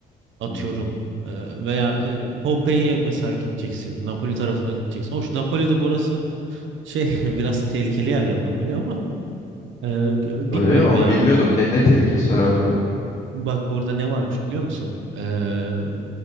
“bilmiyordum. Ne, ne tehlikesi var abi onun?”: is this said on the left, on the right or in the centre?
Left